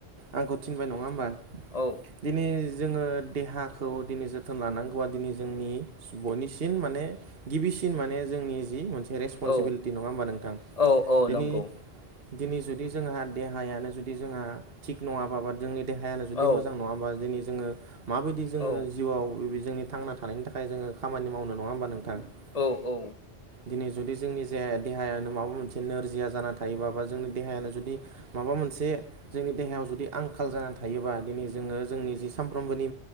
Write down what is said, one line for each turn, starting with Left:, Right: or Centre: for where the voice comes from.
Right: आंखौ थिनबाय नङा होमबा
Left: औ
Right: दिनै जोङो देहाखौ दिनै जोथोन लानांगौया दिनै जोंनि बयनिसिम माने गिबिसिन माने जोंनि जि मोनसे रेसपनसिबिलिटि
Left: औ
Right: नङा होमबा नोंथां
Left: औ औ
Right: बिनि
Left: नंगौ
Right: दिनै जुदि जोंहा देहायानो जुदि जोंहा थिग नङाबाबा जोंनि देहायानो जुदि
Left: औ
Right: मोजां नङाबा दिनै जोङो माबायदि जोङो
Left: औ
Right: जिउआव जोंनि थांना थानायनि थाखाय य जोङो खामानि मावनो नङा होमबा नोंथां? <unintelligible>
Left: औ औ
Right: दिनै जुदि जोंनि जे देहायानो माबा मोनसे नोरजिया जाना थायोबा बा जोंनि देहायानो जुदि माबा मोनसे जोंनि देहायाव जुदि आंखाल जानानै थायोबा दिनै जोङो जोंनि जि सानफ्रोमबोनि